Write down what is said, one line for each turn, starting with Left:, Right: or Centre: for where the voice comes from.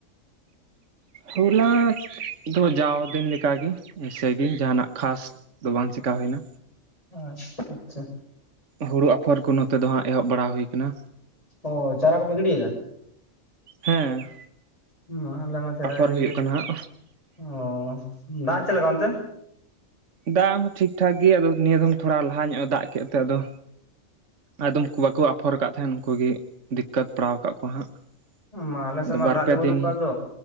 Right: ᱦᱚᱞᱟ ᱫᱚ ᱡᱟᱣ ᱫᱤᱱ ᱞᱮᱠᱟᱟᱜᱮ ᱮᱭᱥᱮᱜᱮ ᱡᱟᱦᱟᱱᱟᱜ ᱠᱷᱟᱥ ᱫᱚ ᱵᱟᱝ ᱪᱮᱠᱟ ᱦᱩᱭᱱᱟ
Left: ᱟᱪᱪᱷᱟ ᱟᱪᱪᱷᱟ
Right: ᱦᱩᱲᱩ ᱟᱯᱷᱚᱨ ᱠᱚ ᱱᱚᱛᱮ ᱫᱚᱦᱟᱸᱜ ᱮᱦᱚᱵ ᱵᱟᱲᱟ ᱦᱩ ᱟᱠᱟᱱᱟ
Left: ᱚ ᱪᱟᱨᱟ ᱠᱚᱯᱮ ᱜᱤᱰᱮᱫᱟ
Right: ᱦᱮᱸ
Left: ᱦᱩᱸ ᱟᱞᱮ ᱢᱟ ᱪᱟᱨᱟᱞᱮ
Right: ᱟᱯᱷᱚᱨ ᱦᱩᱭᱩᱜ ᱠᱟᱱᱟ ᱦᱟᱸᱜ
Left: ᱚᱻ ᱫᱟᱜ ᱪᱮᱫ ᱞᱮᱠᱟ ᱚᱱᱛᱮ
Right: ᱫᱟᱜ ᱦᱚᱸ ᱴᱷᱤᱠ ᱴᱷᱟᱠ ᱜᱮ ᱱᱤᱭᱟᱹ ᱫᱚᱚᱢ ᱛᱷᱚᱲᱟ ᱞᱟᱦᱟ ᱧᱚᱜᱼᱟ ᱫᱟᱜ ᱠᱮᱫ ᱛᱮ ᱟᱫᱚ ᱟᱠᱫᱚᱢ ᱵᱟᱠᱚ ᱟᱯᱷᱚᱨ ᱟᱠᱟᱫ ᱛᱟᱦᱮᱸᱱ ᱩᱱᱠᱩ ᱜᱮ ᱫᱤᱠᱠᱚᱛ ᱯᱟᱲᱟᱣ ᱟᱠᱟᱫ ᱠᱚᱣᱟ ᱦᱟᱸᱜ <inaudible>
Left: ᱢᱟ ᱟᱞᱮ ᱥᱮᱫ
Right: ᱟᱫᱚ
Left: ᱢᱟ
Right: ᱵᱟᱨᱯᱮ
Left: ᱫᱟᱜ ᱜᱮ ᱵᱟᱹᱱᱩᱜ
Right: ᱫᱤᱱ
Left: ᱟᱠᱟᱫ ᱫᱚ